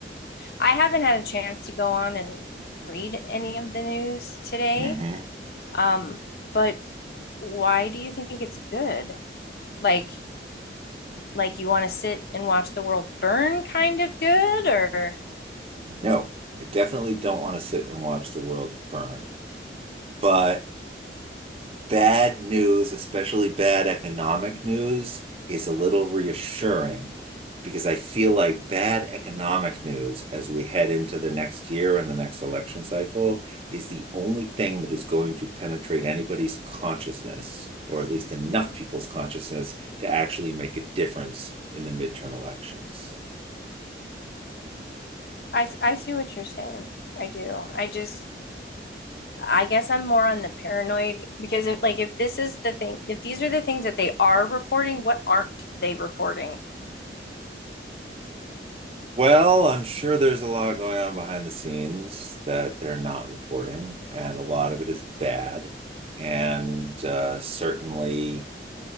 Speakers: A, on the left; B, on the right.
A: I haven't had a chance to go on and read any of the news today.
B: hmm
A: Um, but why do you think it's good? Like like you want to sit and watch the world burn kind of good or
B: No, I definitely don't want to sit and watch the world burn. But Bad news, especially bad economic news, is a little reassuring because I feel like bad economic news as we head into the next year and the next election cycle is the only thing that is going to penetrate anybody's consciousness, or at least enough people's consciousness, to actually make a difference in the midterm elections.
A: I, I see what you're saying. I do. I just I guess I'm more on the paranoid because if like if this is the thing if these are the things that they are reporting, what aren't they reporting?
B: Well, I'm sure there's a lot going on behind the scenes that they're not reporting, and a lot of it is bad. And uh, certainly,